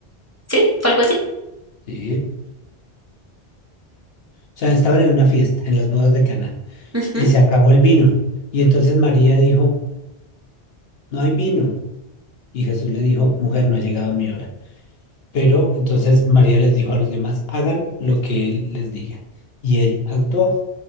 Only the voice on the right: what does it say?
¿Sí? ¿Fue algo así?
Ujú.